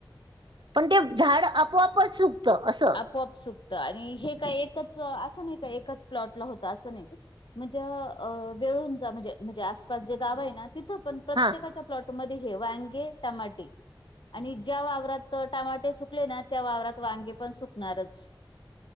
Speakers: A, on the right; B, on the left.
A: पण ते झाड आपोआपच असं.
B: आपोआप सुकतं आणि हे काय एकच असं नाही का एच प्लॉट ला होत असं नाही. म्हणजे अ वेळूंजा म्हणजे म्हणजे आसपास जे गाव आहे ना तिथं पण प्रत्येकाच्या
A: हां,
B: प्लॉट मध्ये हे वांगे, टमाटे. आणि ज्या वावरात टमाटे सुकले ना त्या वावरात वांगे पण सुकणारच.